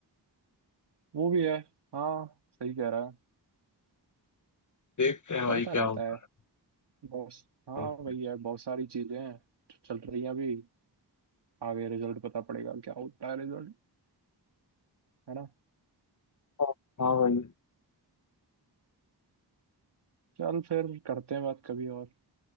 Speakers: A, on the right; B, on the left.
A: वो भी है हाँ सही कह रहा है
B: देखते हैं
A: चलता
B: भाई
A: रहता
B: क्या होता
A: है बहुत हाँ
B: है
A: वही है बहुत सारी चीज़ें हैं जो चल रही हैं अभी आगे रिजल्ट पता पड़ेगा क्या होता है रिजल्ट है ना
B: हाँ हाँ भाई
A: चल फिर करते हैं बात कभी और